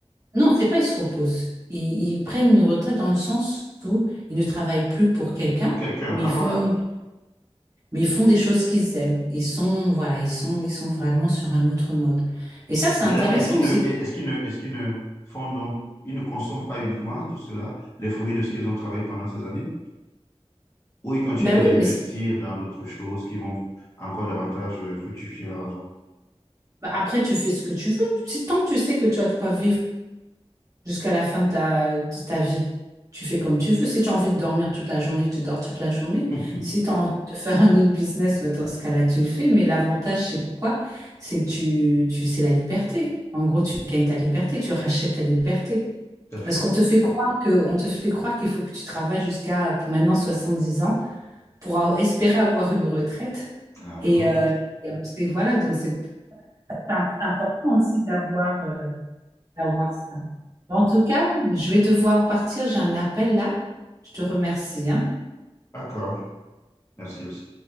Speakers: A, on the right; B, on the left.
A: Non, c'est pas ils se reposent. Ils, ils prennent une retraite dans le sens où ils ne travaillent plus pour quelqu'un,
B: Pour quelqu'un,
A: mais
B: ah
A: ils font,
B: voilà.
A: mais ils font des choses qu'ils aiment. Ils sont, voilà, ils sont, ils sont vraiment sur un autre mode. Et ça, c'est
B: Mais
A: intéressant
B: là, est-ce qu'il
A: aussi.
B: ne, est-ce qu'il ne, est-ce qu'ils ne font donc, ils ne consomment pas uniquement tout cela, les fruits de ce qu'ils ont travaillé pendant ces années, ou ils continuent
A: Ben
B: de
A: oui,
B: réinvestir
A: mais c'est-
B: dans d'autres choses qui vont encore davantage euh, fructifier leur argent?
A: ben après, tu fais ce que tu veux. Si tant que tu sais que tu as de quoi vivre jusqu'à la fin de ta, de ta vie. Tu fais comme tu veux. Si tu as envie de dormir toute la journée, tu dors toute la journée.
B: <laughs> Tout
A: Si tu as envie de faire un autre business, ben, dans ce cas-là, tu le fais. Mais l'avantage, c'est quoi? C'est que tu, tu, c'est la liberté. En gros, tu gagnes ta liberté, tu rachètes ta liberté.
B: à fait.
A: Parce qu'on te fait croire que, on te fait croire qu'il faut que tu travailles jusqu'à pour maintenant dix ans pour a- espérer avoir une retraite.
B: Alors
A: Et, euh,
B: là,
A: et on sait- voilà, donc c'est c'est important aussi d'avoir. euh, d'avoir ça. En tout cas, je vais devoir partir, j'ai un appel là. Je te remercie, hein.
B: d'accord. Merci aussi.